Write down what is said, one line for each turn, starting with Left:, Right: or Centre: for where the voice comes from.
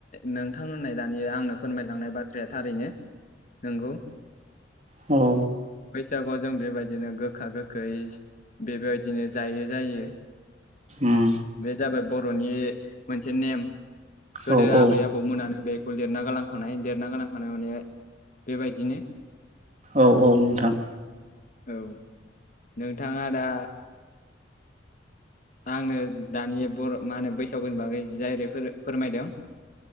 Left: नोंथांमोननाय दानिया आंनो फोरमायलांनाय बाथ्राया थारैनो नंगौ
Right: औ
Left: बैसागुआव जों बेबायदिनो गोखा गोखै बेबायदिनो जायो जायो
Right: उम
Left: बे जाबाय बर'नि मोनसे नेम गोदो
Right: औ औ
Left: आबै आबौमोनानो बे फुुल लिरना गालांखानाय लिरना गालांखानाय माने बेबायदिनो
Right: औ औ नोंथां
Left: औ नोंथाङा दा आंनो दानि बर' मा होनो बैसागुनि बागै जायेरै फोरमायदों